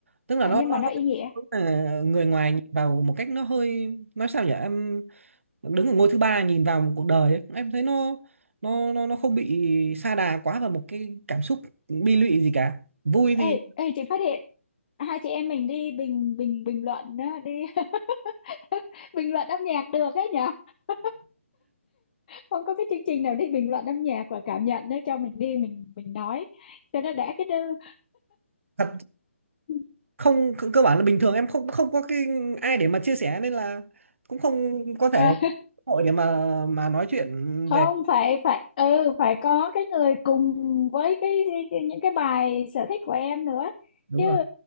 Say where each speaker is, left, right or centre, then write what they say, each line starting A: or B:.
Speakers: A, on the right (about 65°); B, on the left (about 40°).
A: tức là
B: à,
A: nó,
B: nhưng
A: nó
B: mà nó
A: hơi-
B: ý nghĩa
A: đúng là người ngoài nhìn vào một cách nó hơi nói sao nhỉ em đứng ở ngôi thứ ba nhìn vào một cuộc đời ấy, em thấy nó nó nó nó không bị sa đà quá vào một cái cảm xúc bi lụy gì cả vui thì
B: ê ê chị phát hiện hai chị em mình đi bình bình bình luận á, đi <laughs> bình luận âm nhạc được ấy nhở <laughs> không có cái chương trình nào đi bình luận âm nhạc và cảm nhận nữa cho mình đi mình mình nói cho nó đã cái đư
A: thật
B: <laughs>
A: không cơ cơ bản là bình thường em không không có cái ai để mà chia sẻ nên là cũng không có thể
B: à,
A: cơ hội để mà mà nói chuyện
B: không
A: về
B: phải phải ừ phải có cái người cùng với cái, cái những cái bài sở thích của em nữa
A: đúng
B: chứ
A: rồi